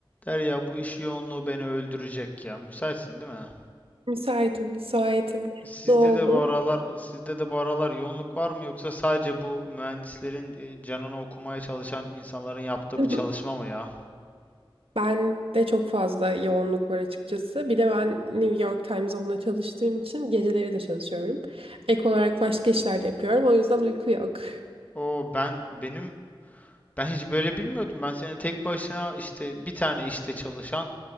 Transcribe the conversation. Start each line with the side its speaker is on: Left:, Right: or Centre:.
Left: Derya bu iş yoğunluğu beni öldürecek ya. Müsaitsin değil mi?
Right: Müsaitim, müsaitim.
Left: Sizde
Right: Ne oldu?
Left: de bu aralar sizde de bu aralar yoğunluk var mı yoksa sadece bu mühendislerin e, canını okumaya çalışan insanların yaptığı
Right: <laughs>
Left: bir çalışma mı ya?
Right: Ben de çok fazla yoğunluk var açıkçası. Bir de ben New York Times onunla çalıştığım için geceleri de çalışıyorum. Ek olarak başka işler de yapıyorum. O yüzden uyku yok.
Left: O ben benim ben hiç böyle bilmiyordum. Ben seni tek başına işte bir tane işte çalışan